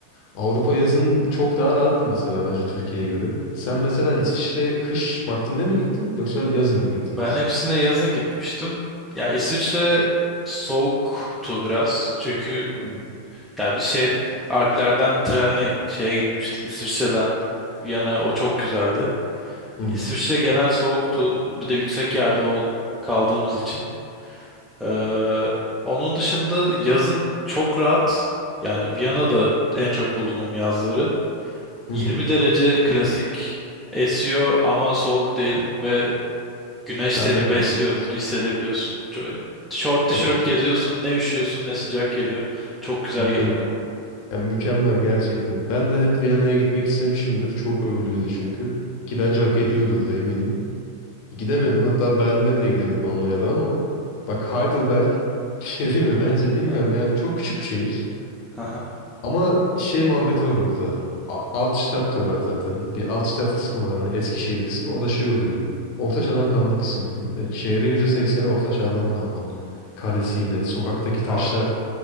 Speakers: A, on the left (about 45°); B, in the centre.
A: Avrupa yazın çok daha rahattı mesela bence Türkiye'ye göre. Sen mesela İsviçre'ye kış vaktinde mi gittin yoksa yazın mı gittiniz?
B: Ben hepsine yazın gitmiştim. Ya İsviçre soğuktu biraz. Çünkü
A: Hı hı.
B: ya biz şey Alplerden trenle şeye gitmiştik İsviçre'den Viyana'ya. O çok güzeldi.
A: Hı hı.
B: İsviçre genel soğuktu. Bir de yüksek yerde ol- kaldığımız için. Ee, onun dışında yazın çok rahat. Yani Viyana'da en çok bulunduğum yazları.
A: Hı
B: 20
A: hı.
B: derece klasik esiyor ama soğuk değil ve Güneş
A: Terlemiyorsun.
B: seni besliyor. Bunu hissedebiliyorsun. Çok, short tişört
A: Evet.
B: geziyorsun. Ne üşüyorsun ne sıcak geliyor. Çok güzel
A: Mükemmel.
B: geliyor o zaman.
A: Yani mükemmel gerçekten. Ben de hep Viyana'ya gitmek istemişimdir. Çok övülüyordu çünkü. Ki bence hak ediyordur da eminim. Gidemedim. Hatta Berlin'e bile gidemedim Almanya'da ama bak Heidelberg <laughs> bir şey değil mi? Bence bilmiyorum
B: Ha,
A: yani çok küçük bir şehir.
B: aha.
A: Ama şey muhabbeti var orada. A- Altstadt diyorlar zaten. Bir Altstadt kısmı var. Hani Eskişehir kısmı. O da şey oluyor. Orta çağdan kalma kısmı yani. Ve şehrin yüzde sekseni orta çağdan kalma. Kalesiyle, sokaktaki taşlar
B: Wow.